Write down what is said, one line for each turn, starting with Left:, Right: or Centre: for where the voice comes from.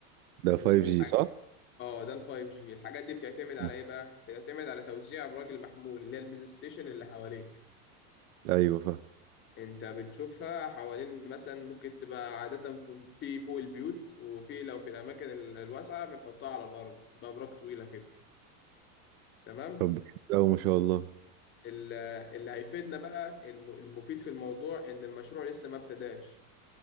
Right: ده 5G
Left: الحاجه
Right: صح
Left: اه ده ال 5G الحاجات دي بتعتمد على
Right: مم.
Left: ايه بقى بتعتمد على توزيع براجل محمول اللي هي البيز ستيشن اللي حواليك
Right: ايوه فاهم
Left: انت بتشوفها حوالين مثلا ممكن تبقى عادة في فوق البيوت وفي لو في الأماكن ال- الواسعة بنحطها على الأرض تبقى براك طويلة كده تمام
Right: طب ده حلو أوي ما شاء الله
Left: ال- اللي هيفيدنا بقى الم- المفيد في الموضوع إن المشروع لسه ما ابتداش